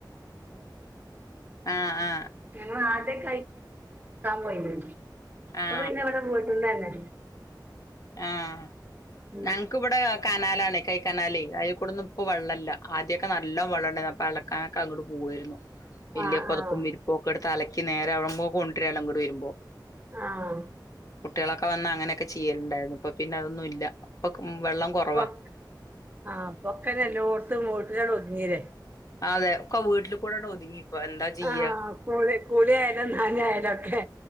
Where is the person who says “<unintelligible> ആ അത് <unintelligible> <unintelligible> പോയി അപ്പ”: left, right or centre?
Right